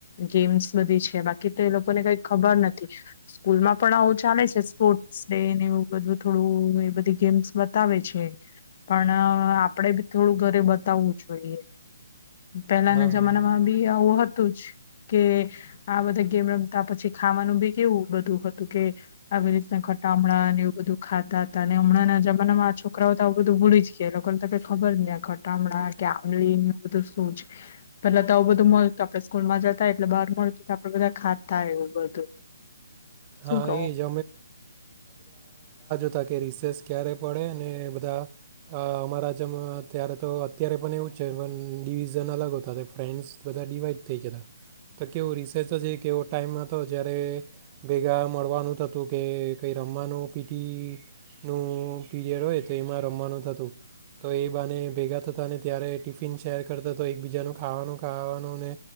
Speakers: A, on the left; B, on the right.
A: ગેમ્સ બધી છે, બાકી તો એ લોકોને કઈ ખબર નથી. સ્કૂલમાં પણ આવું ચાલે છે સ્પોર્ટસ ડે ને એવું થોડું એમ. બધી ગેમ્સ બતાવે છે પણ અહ આપડે બી થોડું ઘરે બતાવવું જોઈએ. પહેલાના
B: હા
A: જમાનામાં
B: હા
A: બી આવું હતું જ કે આ બધા ગેમ રમતા, પછી ખાવાનું બી કેવું બધું હતું કે આવી રીતના ખટા આમળા ને એવું બધું ખાતા હતા અને ઓન હમણાંના જમાનામાં આ છોકરાઓ તો આવું બધું ભૂલી જ ગયા. એ લોકોને તો કઈ ખબર નહી. <unintelligible> કે આંલી ને બધું શું છે, પેલા તો આવ બધું મલતું, આપણે સ્કૂલમાં જતા એટલે બહાર પણ આપડે બધા ખાતા એવું બધું.
B: હા
A: શું કહુ?
B: એ જ તા કે રિસેસ ક્યારે પડે અને બધા અહ અમારા જમ અહ ત્યારે તો અત્યારે પણ એવું જ છે. પણ ડિવિઝન અલગ હોતા, તે ફ્રેન્ડ્સ બધા ડિવાઈડ થઈ જત. તો કેવું રિસેર્ચ જ એ કેવો ટાઈમ હતો જ્યારે ભેગા મળવાનું થતું કે કંઈ રમવાનું પીટી નું પીરિયડ હોય તો એમાં રમવાનું થતું. તો એ બાને ભેગા થતાં ને ત્યારે ટિફિન શેર કરતા તો એકબીજાનું ખાવાનું ખાવાનું ને